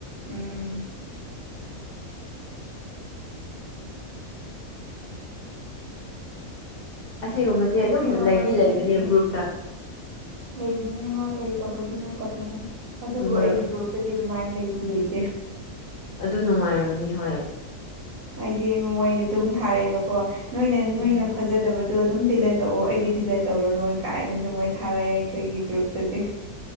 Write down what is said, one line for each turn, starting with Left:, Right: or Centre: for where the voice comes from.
Right: ꯎꯝ
Left: ꯑꯁꯤꯒꯨꯝꯕꯁꯦ
Right: ꯑꯩꯗꯤ
Left: ꯑꯗꯨꯝ
Right: ꯍꯧꯒꯠꯅꯤꯡꯗꯔꯦꯗ
Left: ꯂꯩꯗꯤ ꯂꯩꯕꯅꯦ ꯒ꯭ꯔꯨꯞꯇ
Right: ꯂꯩꯕꯅꯦꯉꯣ ꯂꯩꯇꯕꯗꯨꯅꯦ ꯇꯧꯁꯟꯂꯦ ꯑꯗꯨꯕꯨ
Left: ꯃꯔꯨꯞ
Right: ꯑꯩꯒꯤ ꯒ꯭ꯔꯨꯞ ꯇꯥꯗꯤ ꯑꯗꯨꯃꯥꯏꯅ ꯂꯩꯗꯤ ꯂꯩꯇꯦ
Left: ꯑꯗꯨ ꯅꯨꯡꯉꯥꯏꯔꯝꯅꯤ ꯍꯣꯏ
Right: ꯍꯥꯏꯗꯤ ꯃꯣꯏꯗꯤ ꯑꯗꯨꯝ ꯊꯥꯔꯛꯑꯦꯕꯀꯣ ꯅꯣꯏꯅ ꯅꯣꯏꯅ
Left: ꯎꯝ
Right: ꯐꯖꯗꯕꯗꯣ ꯑꯗꯨꯝ ꯗꯤꯜꯂꯦꯠ ꯇꯧꯑꯣ ꯑꯩꯗꯤ ꯗꯤꯂꯦꯠ ꯇꯧꯔꯔꯣꯏ ꯀꯥꯏꯅ ꯑꯗꯨꯝ ꯃꯣꯏ ꯊꯥꯔꯛꯑꯦ ꯑꯩꯈꯣꯏꯒꯤ ꯒ꯭ꯔꯨꯞꯇꯗꯤ